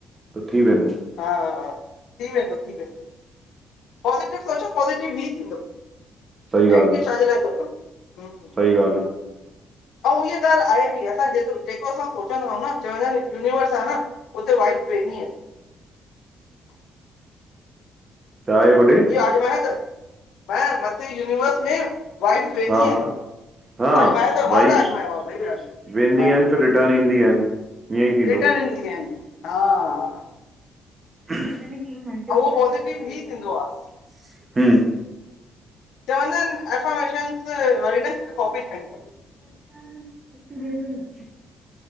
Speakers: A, on the right; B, on the left.
A: थी वेंदो
B: हा हा हा थी वेंदो थी वेंदो। पॉज़िटिव सोचियो पॉज़िटिव ई थींदो
A: सही
B: नैगेटिव
A: ॻाल्हि आहे
B: छाजे लाइ था सोचियो।
A: सही ॻाल्हि आहे
B: अहु उहा ॻाल्हि त आहे असां जेको सोचींदा आहियूं चवंदा यूनिवर्स आहे न हुते। <unintelligible>
A: छा आहे होॾे।
B: आजमायो त मथे यूनिवर्स में वाइट <unintelligible> आहे।
A: हा हा हा
B: आजमयो मां
A: वाइब्स
B: त आजमायो आहे भाई
A: वेंदी
B: हा
A: आहिनि फिर रिटर्न ईंदी आहिनि ईअं ई थींदो
B: र्रिटन ईंदयूं आहिनि
A: <unintelligible>
B: ऐं उहो पॉज़िटिव ई थींदो आहे
A: हम
B: चवंदा आहिनि एफॉर्मेशनस वारी हिकु कॉपी ठाहिण घुरजे
A: <unintelligible>